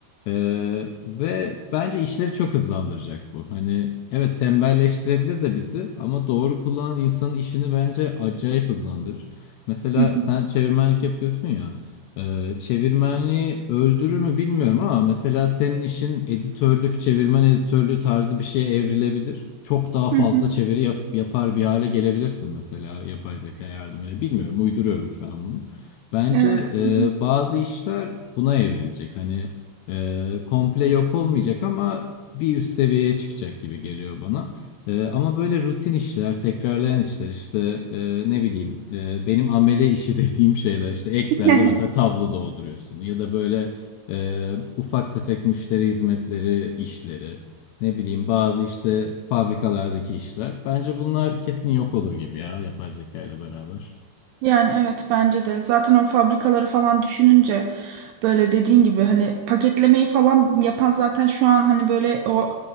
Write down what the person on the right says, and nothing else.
hı hı,
hı hı.
Evet. hı hı.
<laughs>
Yani evet bence de. Zaten o fabrikaları falan düşününce böyle dediğin gibi hani paketlemeyi falan yapan zaten şu an hani böyle o